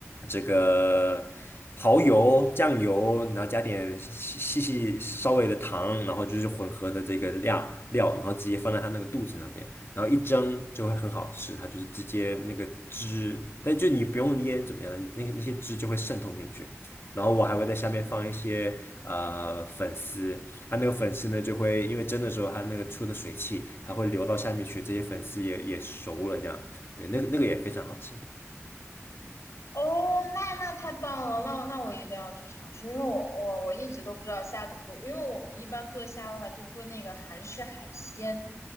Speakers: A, on the left; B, on the left.
A: 这个蚝油、酱油，然后加点细细细稍微的糖，然后就是混合的这个量料，然后直接放在它那个肚子那边。然后一蒸就会很好吃，它就是直接那个汁，但就你不用腌怎么样，那那些汁就会渗透进去。然后我还会在下面放一些呃粉丝，它那个粉丝呢就会因为蒸的时候它那个出的水汽，它会流到下面去，这些粉丝也也熟了这样，对，那个那个也非常好吃。
B: 哦，那那太棒了，那那我一定要去尝试，因为我我我一直都不知道虾怎么做，因为我们一般做虾的话就做那个韩式海鲜